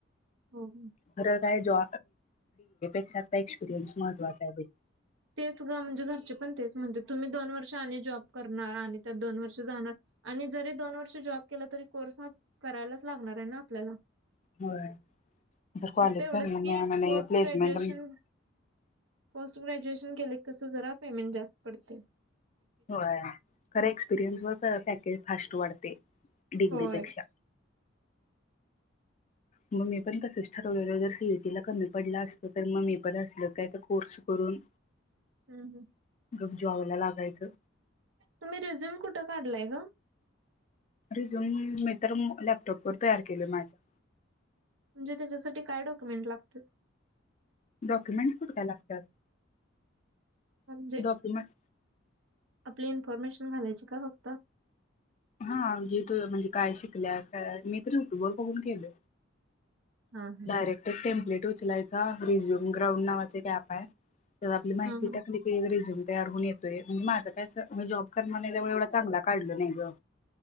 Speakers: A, on the right; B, on the left.
A: हो.
B: खरं एक्सपिरिय्स महत्वाचा आहे बाई
A: तेच ग म्हणजे घरचे पण तेच म्हणते तुम्ही दोन वर्ष आणि जॉब करणार आणि त्यात तुम्ही दोन वर्ष आणि जॉब करणार आणि त्यात दोन वर्ष जाणार आणि जरी जॉब केला तरी कोर्स हा करायलाच लागणार आहे ना आपल्याला
B: होय जर कॉलेज
A: फक्त एवढच
B: चांगलं
A: की
B: मिळालं नाही
A: post
B: placement
A: graduation post graduation कस जरा पेमेंट जास्त पडतय
B: होय खरं एक्सपिरियन्स वर पॅकेज फास्ट वाढते डिग्रीपेक्षा
A: होय
B: मी पण तसंच ठरवलेलं जर सीइटी कमी पडला असतो तर मी पण असलं कोर्स करून
A: हम्म हम्म
B: गप जॉबला लागायचं
A: तुम्ही रिझ्युम कुठे काढलाय ग
B: रिझूम मी तर लॅपटॉप तयार केलं माझ्या
A: म्हणजे त्याच्यासाठी काय डॉक्युमेंट लागतेत
B: डॉक्युमेंट्स कुठ काय लागतात
A: म्हणजे
B: डॉक्युमेंट
A: आपली इन्फॉर्मेशन घालायची का फक्त
B: हा जे त म्हणजे काय शिकल्यास काय मी तर युट्यूब वर बघून केल
A: हा हा
B: डयरेक्ट टेप्ले चलाय रिझ्यूम ग्रउं ना काय आपली माहिती
A: हा
B: टाकली क वगैरे झ तेर हो माझ काय जॉब करणार नाही त्या एवढ चांगला काढलं नाही ग